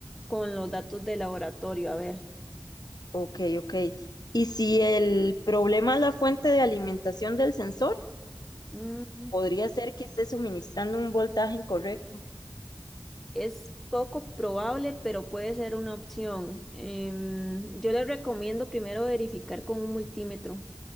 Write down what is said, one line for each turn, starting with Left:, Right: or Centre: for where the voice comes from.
Centre: con los datos del laboratorio. A ver.
Left: Ok, ok. Y si el problema es la fuente de alimentación del sensor,
Centre: Mm.
Left: podría ser que esté suministrando un voltaje incorrecto.
Centre: Es poco probable, pero puede ser una opción. Em, yo le recomiendo primero verificar con un multímetro